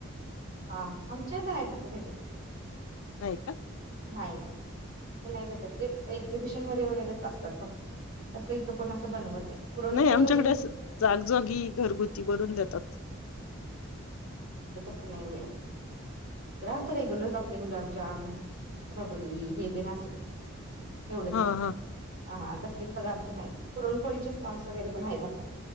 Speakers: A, on the right (about 45°); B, on the left (about 75°).
A: हा हा आमच्याहित हाय तस भेटत
B: होय का.
A: नाही नाही तर नाही भेटत ते एक्झिबिशन मध्ये वगैरेच असतात फक्त तसं इथं कोण असं बनवत नाही पुरणपोळी
B: नाही आमच्याकडे
A: वगैरे
B: असं जागजोगी घरगुती बनवून देतात
A: हित नाही मिळात असं रेगुलर आपले गुलाबजाम रबडी हे ते अस एवढंच
B: हा हा
A: हा. तसले पदार्थ नाही पुरणपोळीचे स्टॉल्स वगैरे पण आहेत आता